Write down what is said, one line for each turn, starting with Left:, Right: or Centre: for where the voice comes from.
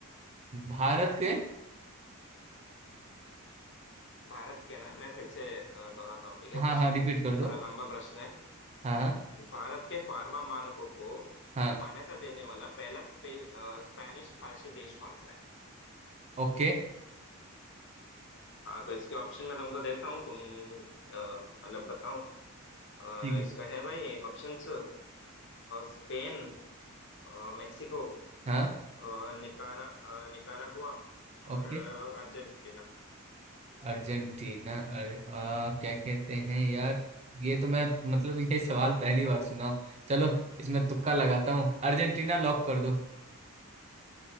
Right: भारत के
Left: भारत के ना मैं फिर से अ, दोहराता हूँ ठीक है
Right: हाँ
Left: प्रश्न
Right: हाँ रिपीट कर दो
Left: थोड़ा लंबा प्रश्न है
Right: हाँ हाँ
Left: भारत के फार्मा मानकों को
Right: हाँ
Left: मान्यता देने वाला पहला स्पे, अ, स्पेनिश भाषी देश कौन सा है
Right: ओके
Left: हाँ तो इसके ऑप्शन मैं तुमको देता हूँ तुम अ, मतलब बताओ अ,
Right: ठीक है
Left: इसका है भाई ऑप्शंस स्पेन अ, मेक्सिको
Right: हाँ
Left: अ, निकारा अ, निकारागुआ
Right: ओके
Left: और अ, अर्जेंटीना
Right: अर्जेंटीना अरे आ, क्या कहते हैं यार ये तो मैं मतलब ये सवाल पहली बार सुना हूं। चलो इसमें तुक्का लगाता हूँ अर्जेंटीना लॉक कर दो